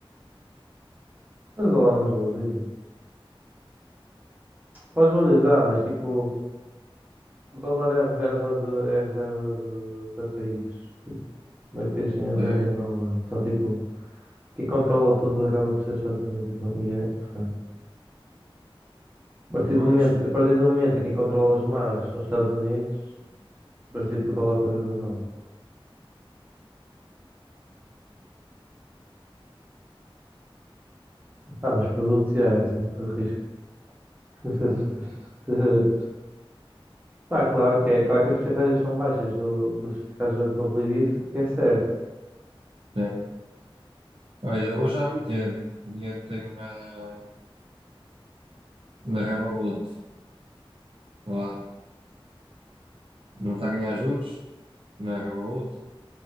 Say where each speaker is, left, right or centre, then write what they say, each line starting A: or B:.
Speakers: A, on the right; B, on the right.
A: mas o dólar não desvaloriza. Pode valorizar, mas tipo, o dólar é a reserva de, é a reserva de, de países. Tipo, meio país tem a reserva
B: É,
A: em dólar. Então, tipo, quem controla tudo acaba por ser os Estados Unidos. E com- e é, portanto, a partir
B: pois.
A: do momento, a partir do momento em que quem controla os mares são os Estados Unidos, em princípio o dólar faz a razão. Pá, mas produtos, yeah, é sempre risco. <laughs> Tipo, Pá, claro que, é, claro que as percentagens são baixas do, dos casos da Florridice, porque é certo.
B: É. Olha, eu vou já meter o dinheiro que tenho na, na Revolut. Lá. Não está a ganhar juros na Revolut.